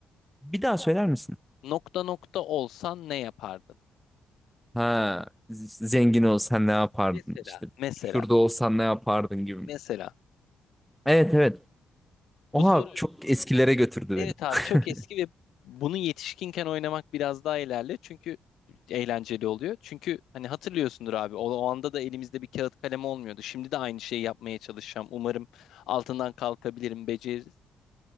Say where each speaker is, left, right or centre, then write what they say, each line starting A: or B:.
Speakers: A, in the centre; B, on the left.
A: Bir daha söyler misin?
B: Nokta nokta olsan ne yapardın?
A: Ha, z- zengin olsan ne yapardın?
B: Mesela,
A: İşte
B: mesela,
A: şurada olsan ne yapardın gibi. mi?
B: mesela.
A: Evet evet. Oha
B: Bu soru
A: çok eskilere götürdü
B: Evet
A: beni.
B: abi çok
A: <laughs>
B: eski ve bunu yetişkinken oynamak biraz daha ilerli. Çünkü eğlenceli oluyor. Çünkü hani hatırlıyorsundur abi o, o anda da elimizde bir kağıt kalem olmuyordu. Şimdi de aynı şeyi yapmaya çalışacağım. Umarım altından kalkabilirim, beceririz.